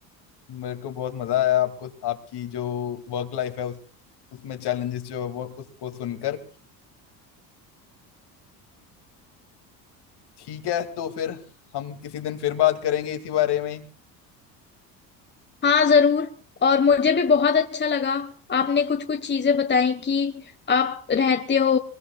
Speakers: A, on the left; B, on the left.
A: मेरे को बहुत मजा आया आपको आपकी जो वर्क लाइफ है उस उसमें चैलेंजेस जो है वो उसको सुनकर ठीक है तो फिर हम किसी दिन फिर बात करेंगे इसी बारे में ही
B: हाँ जरूर और मुझे भी बहुत अच्छा लगा आपने कुछ कुछ चीजें बताई कि आप रहते हो